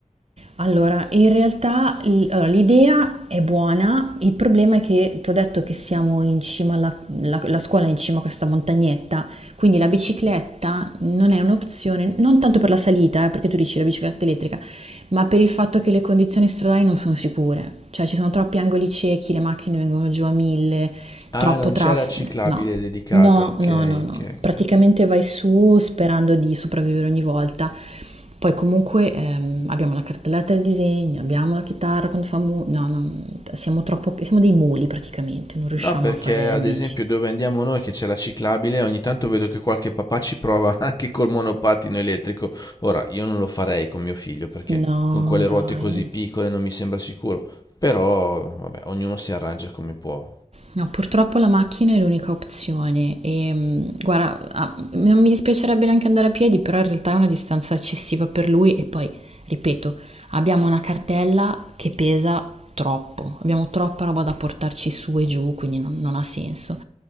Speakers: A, on the right; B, on the left.
A: Allora, in realtà l- allora, l'idea è buona, il problema è che ti ho detto che siamo in cima alla la, la scuola è in cima a questa montagnetta, quindi la bicicletta non è un'opzione, non tanto per la salita, eh, perché tu dici la bicicletta elettrica, ma per il fatto che le condizioni stradali non sono sicure, cioè ci sono troppi angoli ciechi, le macchine vengono giù a mille,
B: Ah,
A: troppo
B: non
A: traffico,
B: c'è la ciclabile
A: no,
B: dedicata,
A: No,
B: ok,
A: no, no, no.
B: ok, ok,
A: Praticamente
B: ok.
A: vai su sperando di sopravvivere ogni volta. Poi comunque ehm, abbiamo la cartelletta del disegno, abbiamo la chitarra quando fa mu- No, no, siamo troppo... siamo dei muli praticamente, non riusciamo
B: No, perché
A: a fare
B: ad
A: in bici.
B: esempio dove andiamo noi che c'è la ciclabile, ogni tanto vedo che qualche papà ci prova <laughs> anche col monopattino elettrico. Ora, io non lo farei con mio figlio perché
A: No,
B: con quelle
A: dai.
B: ruote così piccole non mi sembra sicuro. Però, vabbè, ognuno si arrangia come può.
A: No, purtroppo la macchina è l'unica opzione e mh, guarda, ah, non mi dispiacerebbe neanche andare a piedi, però in realtà è una distanza eccessiva per lui e poi, ripeto, abbiamo una cartella che pesa troppo, abbiamo troppa roba da portarci su e giù, quindi non, non ha senso.